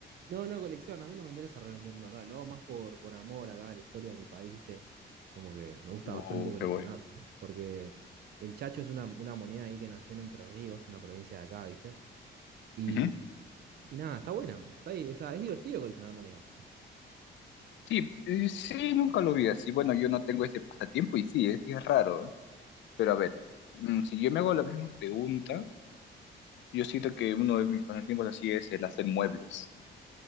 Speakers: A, on the right; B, on the left.
A: No, no, colección, a mí no me interesa revenderlo, la verdad. Lo hago más por, por amor acá a la historia de mi país, ¿viste? Como que me gusta
B: O
A: bastante coleccionar,
B: qué voy.
A: porque el Chacho es una, una moneda ahí que nació en Entre Ríos, una provincia de acá, ¿viste? Y,
B: Ujú.
A: y nada, está buena. Está ahí, o sea, es divertido coleccionar monedas.
B: Sí, eh, sí, nunca lo vi así. Bueno, yo no tengo ese pasatiempo y sí, es, sí es raro, ¿eh? Pero a ver, mm, si yo me hago la misma pregunta. Yo siento que uno de mis pasatiempos así es el hacer muebles.